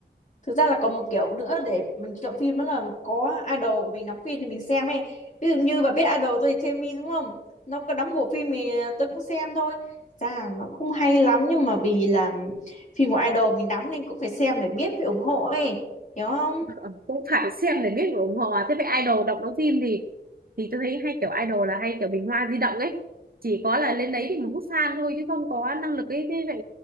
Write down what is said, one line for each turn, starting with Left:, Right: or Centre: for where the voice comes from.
Left: thực ra là còn một kiểu nữa để mình chọn phim đó là có idol của mình đóng phim thì mình xem ấy. Ví dụ như bà biết idol tôi là Jaemin, đúng không? Nó có đóng bộ phim thì tôi cũng xem thôi. Thực ra nó cũng không hay lắm nhưng mà vì là phim của idol mình đóng nên cũng phải xem để biết phải ủng hộ ấy. Hiểu không?
Right: Ờ, cũng phải xem để biết và ủng hộ à. thế vậy idol đọc đóng phim thì thì tôi thấy hay kiểu idol là hay kiểu bình hoa di động ấy chỉ có là lên đấy thì một hút fan thôi chứ không có năng lực ấy thế vậy